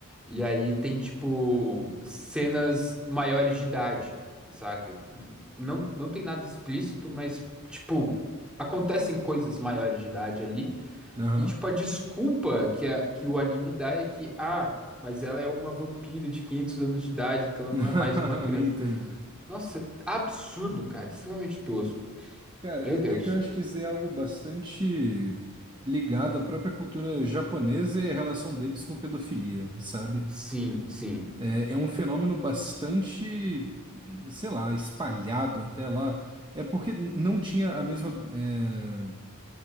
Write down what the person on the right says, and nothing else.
Aham.
<laughs>
Entendo.
Cara,
é,
é que eu acho que isso é algo bastante ligado à própria cultura japonesa e a relação deles com pedofilia, sabe?
É, é um fenômeno bastante, sei lá, espalhado até lá. É porque n- não tinha a mesma. é,